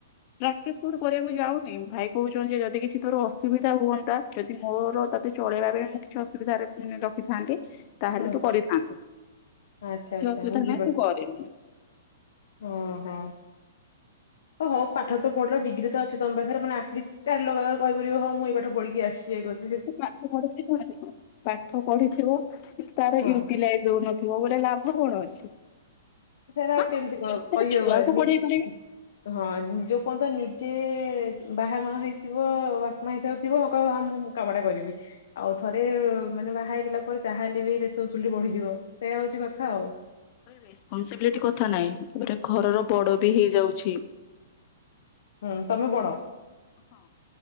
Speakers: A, on the left (about 40°); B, on the left (about 70°).
A: ପ୍ରାକ୍ଟିସ କୋଉଠୁ କରିବାକୁ ଯାଉନି ଭାଇ କହୁଛନ୍ତି ଯେ ଯଦି କିଛି ତୋର ଅସୁବିଧା ହୁଅନ୍ତା। ଯଦି ମୋର ତତେ ଚଳେଇବା ବେଳେ ମୁଁ କିଛି ଅସୁବିଧାରେ ରଖିଥାନ୍ତି। ତାହେଲେ
B: ହୁଁ
A: ତୁ କରିଥାନ୍ତୁ କିଛି
B: ଆଚ୍ଛା ଆଚ୍ଛା
A: ଅସୁବିଧା
B: ବୁଝିପାରୁ
A: ନାହିଁ ତୁ କରେନି।
B: ଓହୋ। ହ ହଉ ପାଠ ତ ପଢିଲ ଡିଗ୍ରୀ ତ ଅଛି ତମ ପାଖରେ ମାନେ ଆଟଲିଷ୍ଟ ଚାରି ଲୋକ ଆଗରେ କହିପାରିବ ହଁ ମୁଁଇ ଏଇ ପାଠ ପଢିକି ଆସିଛି ଇଏ କର
A: ପାଠ ପଢ଼ିଥିଲେ କଣ ହେଲା ପାଠ ପଢିଥିବୁ କିନ୍ତୁ ତାର
B: ହଁ
A: ୟୁଟିଲାଇଜ ହଉନଥିବ। ଥିବ ବଳେ ଲାଭ କଣ ଅଛି?
B: ସେରା
A: ହଁ
B: ଆଉ
A: ତ
B: କେମିତି
A: ଭବିଷ୍ୟତରେ
B: କଣ କହି
A: ଛୁଆକୁ
B: ହବନି।
A: ପଢେଇ ପାରିବେ
B: ହଁ ଯୋଉ ପର୍ଯ୍ୟନ୍ତ ନିଜେ ବାହା ନ ହେଇଥିବ ବା ମାଇଁ ସବୁ ଥିବ ହଁ କହିବ ହଁ ମୁଁ ମୁଁ କାମଟା କରିବି।
A: ହଁ
B: ଆଉ ଥରେ ମାନେ ବାହା ହେଇଗଲା ପରେ ଯାହା ହେଲେ ବି ରେସପନ୍ସିବିଲିଟି ବଢିଯିବ ସେଇୟା ହଉଛି କଥା ଆଉ।
A: ରେସ୍ପନ୍ସବିଲିଟି କଥା ନାଇଁ ଏଇଟା ଘରର ବଡ ବି ହେଇଯାଉଛି।
B: ହୁଁ ତମେ ବଡ?
A: ହଁ